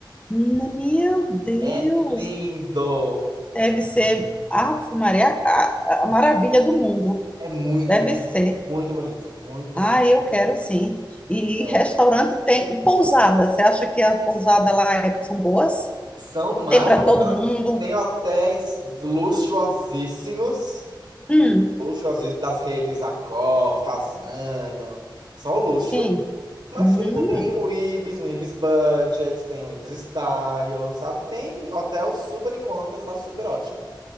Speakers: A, on the left; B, on the right.
A: Hum, Meu Deus.
B: É lindo.
A: Deve ser, Ave Maria, a, a maravilha do mundo.
B: É muito,
A: Deve
B: muito,
A: ser.
B: muito bonito. Muito bonito.
A: Ah, eu quero sim. E
B: É.
A: restaurante tem, e pousada. Você acha que a pousada lá é- são boas?
B: São maravilhosas.
A: Tem para todo mundo?
B: Tem hotéis luxuosíssimos,
A: Hum,
B: luxuosíssimos das redes Accor, Fasano, só o luxo.
A: sim.
B: Mas
A: Hum.
B: tem também o Ibis, um Ibis Budget, tem o Ibis Style, sabe? Tem hotel super em conta, tá super ótimo.